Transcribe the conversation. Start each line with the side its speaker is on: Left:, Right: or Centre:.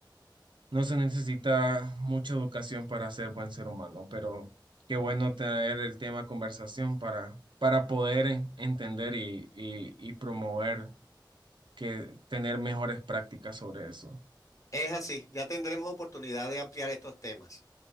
Right: No se necesita mucha educación para ser buen ser humano, pero qué bueno traer el tema a conversación para, para poder en- entender y, y- y promover que tener mejores prácticas sobre eso.
Left: Es así, ya tendremos oportunidad de ampliar estos temas.